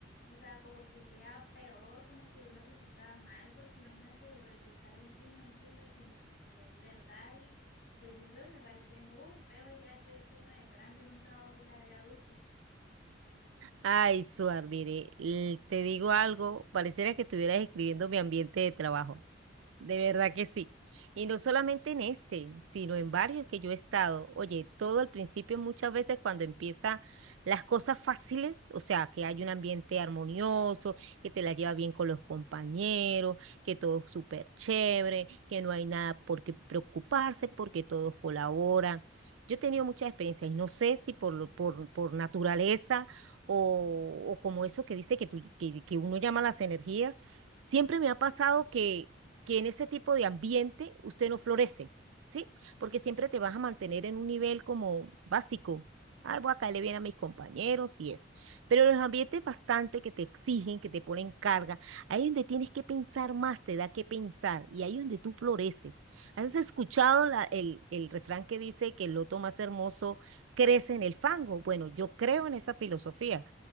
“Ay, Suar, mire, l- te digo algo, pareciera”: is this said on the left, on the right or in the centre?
Right